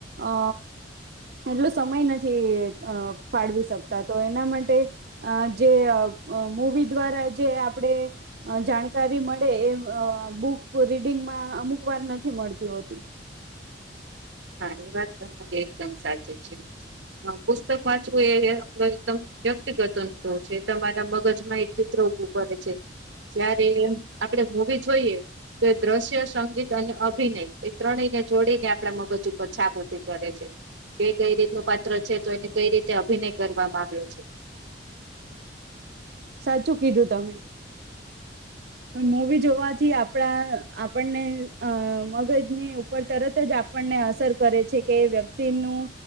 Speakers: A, on the right; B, on the right.
A: અ એટલો સમય નથી અ ફાળવી શક તો એના માટે અ જે મવી દ્વારા જે આપણે જાણકારી મળે એ બુક રીડિંગમાં અમુક વાર નથી મળતી હોતી
B: હા એ વાત તમારી એકદમ સાચી છે પુસ્તક વાંચવું એ તો એકદમ વ્યક્તિગત અંત છે તમારા મગજમાં એક ચિત્ર ઉભું કરે છે. જય્યારે આપડે મુવી જોઈએ. તો દ્રશ્ય સંગીત અને અભિનય એ ત્રણેયને જોડીને આપણે મગજ છાપ ઉભી કરે છે. એ કઈ રીત ન પાત્ર છે તો એને કઈ રીતે અભિનય કરવામાં આવ્યો છે.
A: સાચું કીધું તમે. મુવી જોવાથી આપણા આપણને અ મગજની ઉપર તરત જ આપણને અસર કરે છે કે વ્યક્તિનું